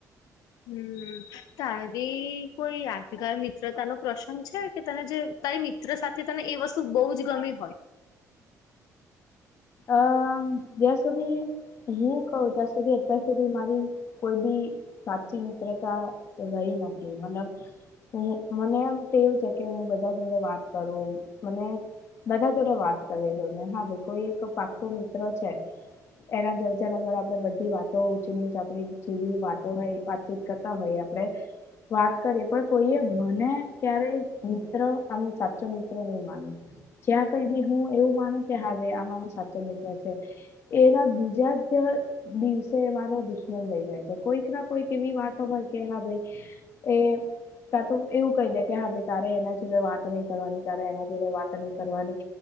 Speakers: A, on the left; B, on the left.
A: હમ, તારી કોઈ યાદગાર મિત્રતા નો પ્રસંગ છે? કે તને જે તારી મિત્ર સાથે તને એ વસ્તું બહુ જ ગમી હોય
B: અહ જ્યાં સુધી હું કઉ ત્યાં સુધી અત્યાંર સુધી મારી કોઈ બી સાચી મિત્રતા રહી નથી. મતલબ <unintelligible> મને એમ ટેવ છે કે હું બધા જ જોડે વાત કરું. મને બધા જોડે વાત કરીએ <unintelligible> હા ભઈ કોઈ એક <unintelligible> પાકો મિત્ર છે, એના જોડે જરા-જરા આપણે બધી વાત તો <unintelligible> આપણી જેવી વાતો હોય, વાતચીત કરતા હોય આપણેે વાત કરીએ, પણ કોઈએ મને ક્યારેય મિત્ર આમ સાચો મિત્ર નહીં માન્યું. જ્યાં કંઈ બી હું એવું માનું કે હા ભઈ આ મારો સાચ ચો મિત્ર છે, એના બીજા જ <unintelligible> દિવસે મારો દુશ્મન થઈ જાય છે. કોઈક ના કોઈક એવી વાતો હોય, કે હા ભાઈ એ કાં તો એવું કહી દે, કે હા ભાઈ તારે એના જોડે વાત નહીં કરવાની, તારે એના જોડે વાત નહીં કરવાની.